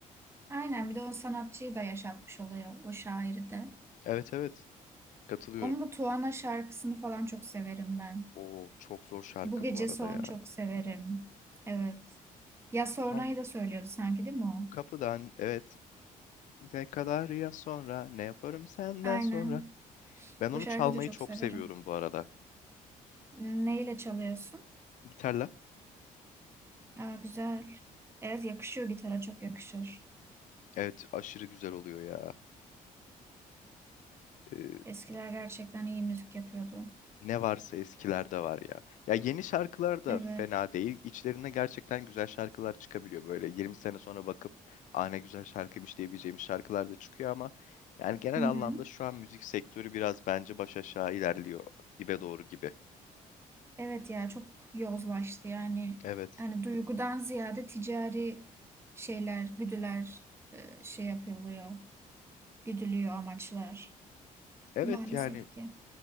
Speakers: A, on the right; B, on the left.
A: Aynen bir de o sanatçıyı da yaşatmış oluyor o şairi de.
B: Evet evet katılıyorum.
A: Onun bu Tuana şarkısını falan çok severim ben.
B: O çok zor şarkı
A: Bu gece
B: bu arada
A: son
B: ya.
A: çok severim. Evet. Ya Sonra'yı
B: Son
A: da söylüyordu sanki değil mi o?
B: kapıdan evet ne kadar ya sonra ne yaparım senden
A: Aynen.
B: sonra. Ben onu
A: O şarkıyı
B: çalmayı
A: da çok
B: çok
A: severim.
B: seviyorum bu arada.
A: Neyle çalıyorsun?
B: Gitarla.
A: Aa, güzel. Evet yakışıyor gitara çok yakışır.
B: Evet aşırı güzel oluyor ya. e,
A: Eskiler gerçekten iyi müzik yapıyordu.
B: ne varsa eskilerde var ya. Ya yeni şarkılar da
A: Evet.
B: fena değil. İçlerinde gerçekten güzel şarkılar çıkabiliyor böyle. 20 sene sonra bakıp "Aa ne güzel şarkıymış" diyebileceğimiz şarkılar da çıkıyor ama yani genel
A: Hı hı.
B: anlamda şu an müzik sektörü biraz bence baş aşağı ilerliyor dibe doğru gibi.
A: Evet ya çok yozlaştı yani.
B: Evet.
A: Hani duygudan ziyade ticari şeyler, güdüler e, şey yapılıyor. Güdülüyor amaçlar.
B: Evet
A: Maalesef
B: yani
A: ki.